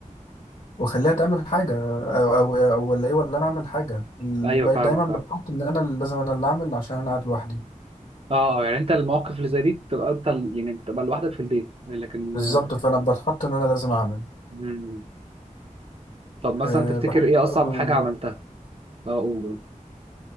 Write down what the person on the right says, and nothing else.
ايوه
فاهمك
اه
اه يعني انت المواقف اللي زي دي بتبقى انت ال- يعني بتبقى لوحدك في البيت لكن
آه،
مم. طب مثلا
تفتكر
ايه اصعب
حاجه عملتها اه قول قول.